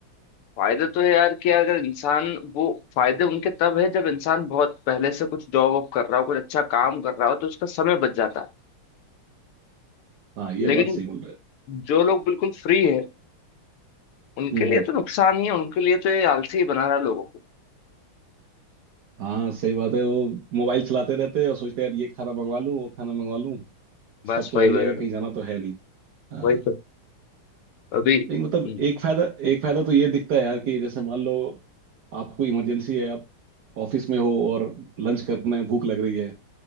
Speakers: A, on the left (about 80°); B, on the right (about 55°).
A: फायदे तो है यार कि अगर इंसान वो फायदे उनके तब है जब इंसान बहुत पहले से कुछ जॉब वॉब कर रहा हो कुछ अच्छा काम कर रहा हो तो उसका समय बच जाता है
B: हाँ ये
A: लेकिन
B: बात सही बोल रहे हो
A: जो लोग बिल्कुल फ्री है उनके
B: हम्म
A: लिए
B: हम्म
A: तो नुकसान ही है उनके लिए तो ये आलसी ही बना रहा है लोगों को
B: हाँ सही बात है वो मोबाइल चलाते रहते हैं और सोचते हैं यार ये खाना मंगवा लूँ वो खाना मंगवा लूँ
A: बस
B: सब तो
A: वही
B: आ ही
A: वही
B: जाएगा
A: वही
B: कहीं जाना तो है नहीं हाँ
A: वही तो अभी हम्म,
B: नहीं मतलब एक फायदा एक फायदा तो ये दिखता है यार कि जैसे मान लो आपको इमरजेंसी है आप ऑफिस में हो और लंच करना है भूख लग रही है